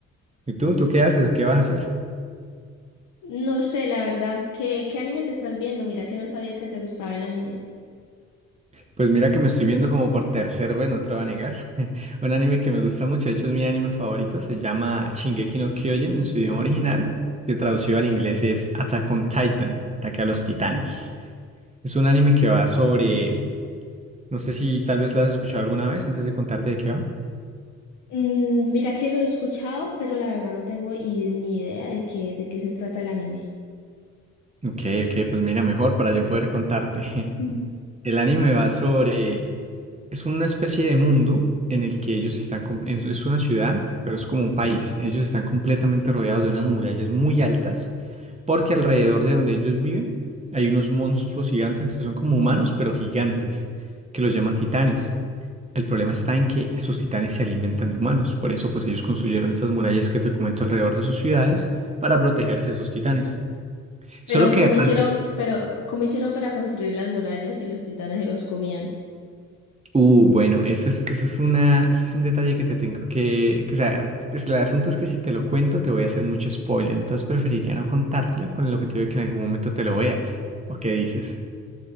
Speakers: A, on the right; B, on the left.
A: ¿Y tú? ¿Tú qué haces? o ¿Qué vas a hacer?
B: No sé, la verdad, ¿qué, qué anime te estás viendo? Mira que no sabía que te gustaba el anime.
A: Pues mira que me estoy viendo como por tercer vez, no te lo voy a negar. <laughs> Un anime que me gusta mucho, de hecho es mi anime favorito, se llama Shingeki no Kyojin en su idioma original, que traducido al inglés es Attack on Titan, Ataque a los Titanes. Es un anime que va sobre No sé si tal vez la has escuchado alguna vez antes de contarte de qué va.
B: Mm, mira que lo he escuchado, pero la verdad no tengo i- ni idea de qué, de qué se trata el anime.
A: Ok, ok, pues mira, mejor para yo poder contarte. <laughs>
B: Mm.
A: El anime va sobre... Es una especie de mundo en el que ellos están... com- en- Es una ciudad, pero es como un país. Ellos están completamente rodeados de unas murallas muy altas, porque alrededor de donde ellos viven hay unos monstruos gigantes que son como humanos, pero gigantes, que los llaman titanes. El problema está en que estos titanes se alimentan de humanos, por eso pues ellos construyeron estas murallas que te comento alrededor de sus ciudades para protegerse de esos titanes.
B: Pero
A: Solo que
B: ¿cómo
A: pasa,
B: hicieron, pero cómo hicieron para construir las murallas y los titanes se los comían?
A: uh, bueno, eso es, eso es una, eso es un detalle que te tengo que, que, o sea, es- el asunto es que si te lo cuento te voy a hacer mucho spoiler, entonces preferiría no contártelo con el objetivo de que en algún momento te lo veas. ¿O qué dices?